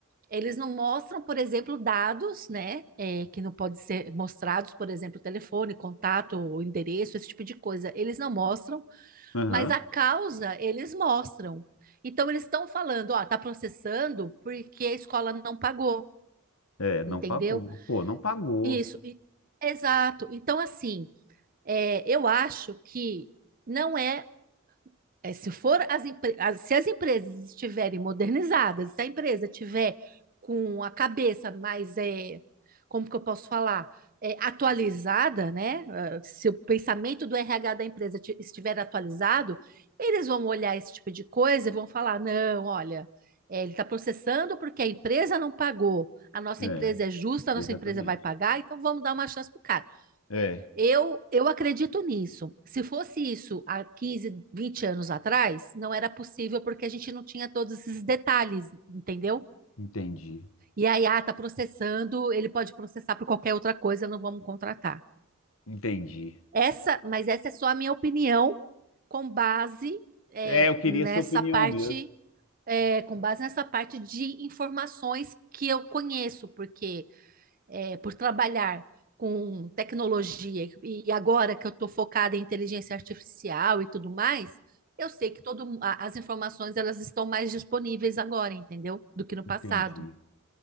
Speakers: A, on the right; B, on the left.
A: Eles não mostram, por exemplo, dados, né? é, que não podem ser mostrados, por exemplo, telefone, contato, endereço, esse tipo de coisa. Eles não mostram,
B: Aham.
A: mas a causa eles mostram. Então eles estão falando, ó, tá processando porque a escola não pagou,
B: É, não
A: entendeu?
B: pagou. Pô, não pagou.
A: Isso, e- exato. Então, assim, é, eu acho que não é É, se for as, empre- as- se as empresas estiverem modernizadas, se a empresa tiver com a cabeça mais, é, como que eu posso falar, É, atualizada, né? Ah, Se o pensamento do RH da empresa ti- estiver atualizado, eles vão olhar esse tipo de coisa e vão falar, não, olha, é, ele está processando porque a empresa não pagou, a nossa
B: É,
A: empresa é justa, a
B: exatamente.
A: nossa empresa vai pagar, então vamos dar uma chance para o cara.
B: É,
A: Eu, eu acredito nisso. Se fosse isso há 15, 20 anos atrás, não era possível porque a gente não tinha todos esses detalhes, entendeu?
B: entendi.
A: E aí, ah, tá processando, ele pode processar por qualquer outra coisa, não vamos contratar.
B: Entendi.
A: Essa, mas essa é só a minha opinião com base é,
B: É, eu queria
A: nessa
B: sua opinião
A: parte,
B: mesmo.
A: é, com base nessa parte de informações que eu conheço, porque é, por trabalhar com tecnologia e agora que eu estou focada em inteligência artificial e tudo mais, eu sei que todo, mu- a- as informações elas estão mais disponíveis agora, entendeu? Do que no passado.
B: Entendi.